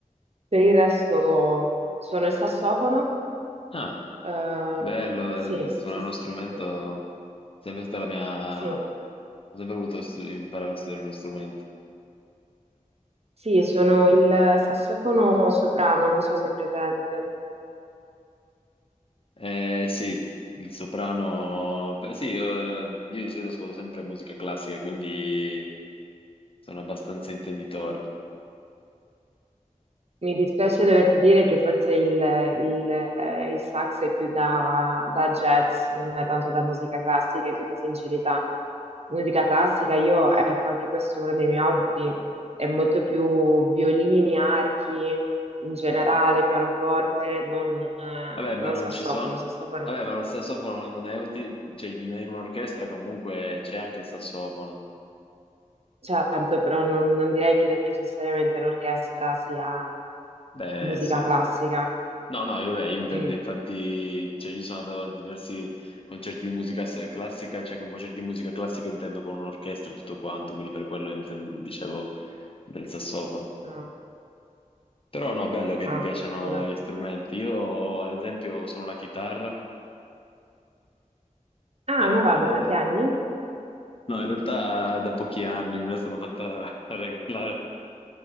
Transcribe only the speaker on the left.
Ah,
bello,
eh, suonare
uno strumento
è sempre stata la mia...
Ho sempre voluto stu- imparare a studiare uno strumento.
Eh, sì, il soprano. beh, Sì, eh, io di solito ascolto sempre musica classica, quindi sono abbastanza intenditore.
Vabbè, ma
non
ci sono.
Vabbè, ma lo sassofono non è utile. Cioè, in in un'orchestra comunque c'è anche il sassofono.
Beh,
sì.
No, no, io vabbè, intendo,
infatti, cioè, io sono andato a diversi concerti di musica s- classica, cioè con concerti di musica classica intendo con un'orchestra e tutto quanto, quindi per quello inten- dicevo del sassofono.
Però no, bello che
ti piacciono
gli strumenti. Io, ad esempio, sono la chitarra.
eh,
No, in realtà da pochi anni me la sono fatta <laughs> regalare,